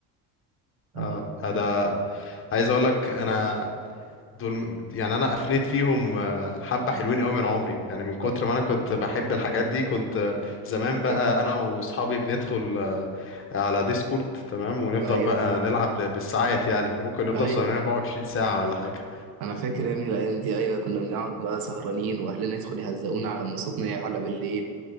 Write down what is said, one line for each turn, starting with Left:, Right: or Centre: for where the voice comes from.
Right: اه
Left: اه آه، ده عايز اقول لك انا دول م- يعني انا افنيت فيهم آه، حبة حلوين قوي من عمري يعني من كتر
Right: اه
Left: ما انا كنت بحب الحاجات دي كنت آه، زمان بقى
Right: أي-
Left: انا واصحابي بندخل آه، على ديسكورد تمام ونفضل
Right: ايوه
Left: بقى نلعب ل- بالساعات يعني ممكن نفضل
Right: ايوه
Left: سهرانين 24 ساعة ولا حاجة
Right: انا فاكر يا ابني الايام دي ايوه كنا بنقعد بقى سهرانين واهلنا يدخلوا يهزقونا على مصوتنا على بالليل